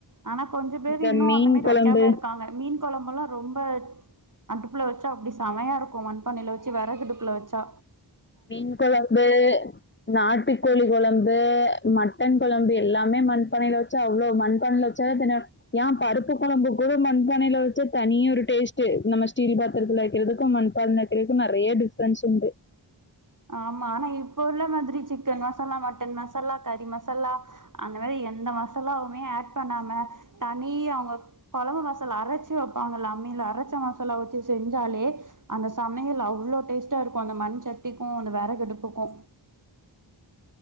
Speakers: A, on the right (about 40°); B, on the left (about 25°).
A: ஆனா கொஞ்ச பேரு
B: இந்த
A: இன்னு
B: மீன்
A: அந்தமேரி
B: கொழம்பு
A: வெக்காமலு இருக்காங்க மீன் கொழம்பெலா ரொம்ப அடுப்புல வச்சா அப்டி சமையா இருக்கு மண்பானையில வச்சு வெறகடுப்புல வச் ச்சா
B: மீன் கொழம்பு நாட்டுக்கோழி கொழம்பு மட்டன் கொழம்பு எல்லாமே மண்பானைல வச்சா அவ்ளோ மண்பானைல ச தின யா பருப்பு கொழம்பு கூட மண்பானைல வெச்சா தனி ஒரு டேஸ்டு நம்ம ஸ்டீல் பாத்திரத்துல வெக்கிறதுக்கு மண் பானைல வெக்கிறதுக்கு நெறைய டிஃப்ரென்ஸ் உண்டு
A: ஆமா ஆனா இப்ப உள்ள மாதிரி சிக்கன் மசாலா மட்டன் மசாலா கறி மசாலா அந்தமேரி எந்த மசாலாவுமே ஆட் பண்ணாம தனி அவுங்க கொழம்பு மசாலா அரைச்சு வெப்பாங்கல அம்மில அரைச்ச மசாலா வச்சு செஞ்சாலே அந்த சமையல் அவ்ளோ டேஸ்டா இருக்கு அந்த மண் சட்டிக்கு அந்த விறகடுப்புக்கு